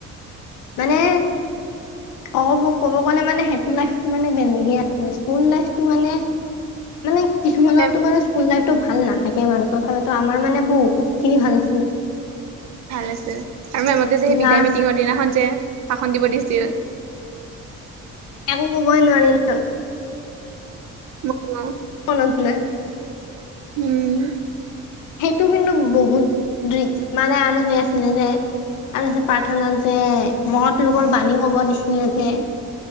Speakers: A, on the left (about 80°); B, on the right (about 65°).
A: মানে অ ক'ব গ'লে মানে সেইটো লাইফটো মানে বেলেগে আছিলে স্কুল লাইফটো মানে মানে কিছুমানৰতো
B: মেম
A: মান স্কুল লাইফটো ভাল নাথাকে বাৰু তথাপিতো আমাৰ মানে অ বহুতখিনি ভাল আছিলে।
B: ভাল আছিল, আৰু মেমহতে যে সেই বিদায়
A: লাষ্ট
B: মিটিঙৰ দিনাখন যে ভাষণ দিব দিছিল।
A: একো কবই নোৱাৰিলো।
B: মইও
A: মনত নাই।
B: উম
A: সেইটো কিন্তু বহুত মানে আৰু যে আছিলে যে আৰু যে প্ৰাৰ্থনাত যে এ' মহত লোকৰ বাণী কব দিছিলে যে